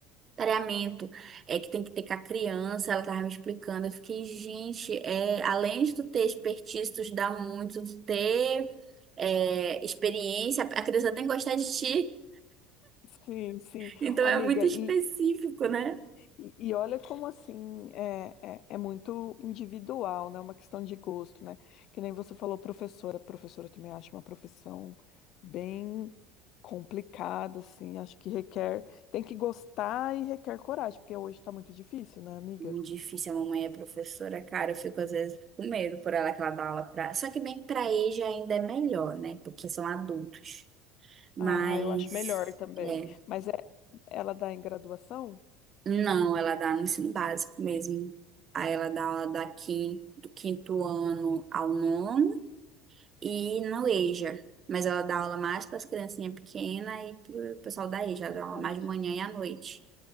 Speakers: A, on the right; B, on the left.
A: Pareamento, é que tem que ter com a criança, ela tava me explicando. Eu fiquei, gente, é, além de tu ter expertise, tu dá muito, tu ter é, experiência, a criança tem que gostar de ti,
B: Sim, sim.
A: então
B: Ô,
A: é
B: Amiga,
A: muito específico,
B: e,
A: né?
B: E, e olha como assim é, é, é muito individual, né? Uma questão de gosto, né? Que nem você falou, professora. Professora eu também acho uma profissão bem complicada, assim. Acho que requer, tem que gostar e requer coragem, porque hoje tá muito difícil, né, amiga?
A: Muito difícil, a mamãe é professora, cara, eu fico às vezes com medo por ela que ela dá aula pra. Só que bem que pra EJA ainda é melhor, né? Porque são adultos. Mas,
B: Ah, eu acho melhor também.
A: é.
B: Mas é, ela dá em graduação?
A: Não, ela dá no ensino básico mesmo. Aí ela dá aula da quin- do quinto ano ao nono e no EJA. Mas ela dá aula mais para as criancinhas pequenas e pro pessoal da EJA, ela dá aula
B: Entendi.
A: mais de manhã e à noite.